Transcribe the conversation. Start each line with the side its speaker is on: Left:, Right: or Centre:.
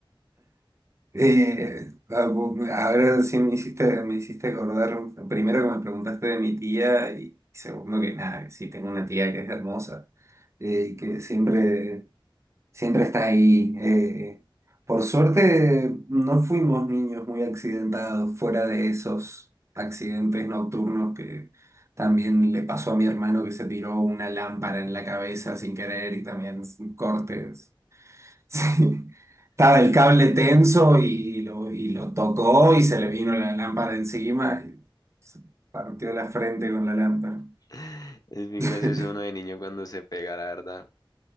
Right: Eh, ah, bu- bu- ahora sí me hiciste, me hiciste acordar, primero que me preguntaste de mi tía y segundo que nada, que sí tengo una tía que es hermosa eh, y que siempre, siempre está ahí. eh. Por suerte no fuimos niños muy accidentados, fuera de esos accidentes nocturnos que también le pasó a mi hermano que se tiró una lámpara en la cabeza sin querer y también cortes. <laughs> Sí. Estaba el cable tenso y lo, y lo tocó y se le vino la lámpara encima y se partió la frente con la lámpara.
Left: <laughs> Es bien
Right: <laughs>
Left: gracioso uno de niño cuando se pega, la verdad.